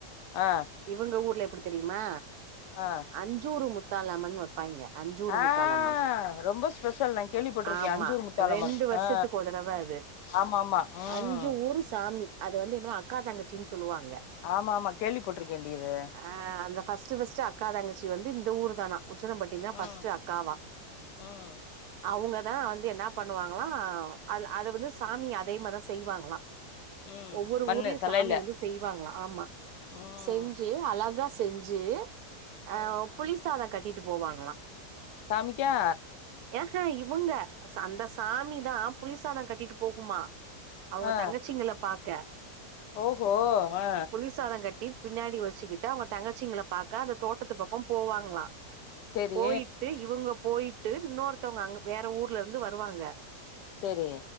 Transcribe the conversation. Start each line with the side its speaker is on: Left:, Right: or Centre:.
Left: ஆ
Right: இவங்க ஊர்ல எப்பிடி தெரியுமா?
Left: ஆ
Right: அஞ்சூரு முத் தாலம்மன்னு வ ப்பாய்ங்க அஞ்சூரு
Left: ஆ
Right: முத்தாலம்மன்
Left: ரொம்ப ஸ்பெஷல் நா கேள்விப்பட்டிருக்கே
Right: ஆமா
Left: அஞ்சூர் முத்தாலம்மன்
Right: ரெண்டு வருஷத்துக்கு
Left: ஆ
Right: ஒரு தடவ அது
Left: ஆமா ஆமா ம்
Right: அஞ்சு ஊரு சாமி அது வந்து ன்னு அக்கா தங்கச்சின் சொல்லுவாங்க
Left: ஆமா ஆமா கேள்விப்பட்டிருக்கேன்டி இது
Right: ஆ அந்த ஃபஸ்ட்டு ஃபஸ்ட்டு அக்கா தங்க ச்சி வந்து இந்த ஊர்தானா உசலம்பட்டிதா ஃபஸ்ட்டு
Left: ம்
Right: அக்காவா
Left: ம்
Right: அவங்க தா வந்து என்னா பண்ணுவாங்களா அது அது வந்து சாமி அதே மாரிதா செய்வாங்களா
Left: ம்
Right: ஒவ்வொரு
Left: மண்ணு
Right: ஊர்லயு
Left: சலையில
Right: சாமி வந்து செய்வாங்களா ஆமா
Left: ம்
Right: செஞ்சு அழகா செஞ்சு ஆ
Left: ம்
Right: புளி சாதோ கட் டிட்டு போவாங்களா
Left: சாமிக்கா?
Right: ஏஹா இவுங்க அந்த சாமிதா புளி சாதோ கட்டிட்டு போகுமா அவங்க
Left: ஆ
Right: தங்கச்சிங்கள பாக்க
Left: ஓஹோ ஆ
Right: புளிசாதோ கட்டி பின்னாடி வச்சுக்கிட்டு அவங்க தங்கச்சிங்கள பாக்க அந்த தோட்டத்து பக்கோ போவாங்களா
Left: செரி
Right: போயிட்டு இவங்க போயிட்டு இன்னொருத்தவங்க அங்க வேற ஊர்ல இருந்து வருவாங்க
Left: செரி